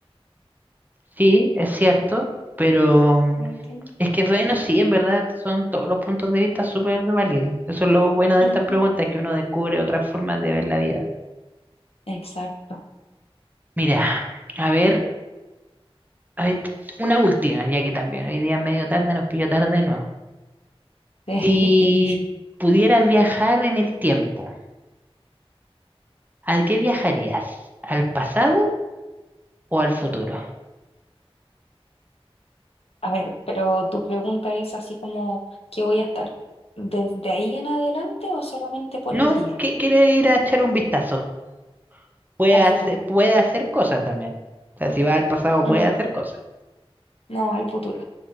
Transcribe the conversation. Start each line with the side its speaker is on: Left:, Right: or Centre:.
Right: Sí, es cierto, pero mm,
Left: ¿me entiendes?
Right: es que bueno, sí, en verdad son todos los puntos de vista súper válidos. Eso es lo bueno de estas
Left: Ujú,
Right: preguntas, que uno descubre otras formas de ver la vida.
Left: Exacto.
Right: Mira, a ver. A ver, una última, ya que también hoy día es medio tarde, nos pilló tarde de nuevo.
Left: <laughs>
Right: Si pudieras viajar en el tiempo, ¿a qué viajarías? ¿Al pasado o al futuro?
Left: A ver, pero tu pregunta es así como, ¿qué voy a estar desde ahí en adelante o solamente por
Right: No,
Left: el día,
Right: que quiere ir a echar un vistazo. Puede
Left: al
Right: hacer,
Left: futuro?
Right: puede hacer cosas también. O sea, si va al pasado puede
Left: Mm,
Right: hacer cosas.
Left: no, al futuro,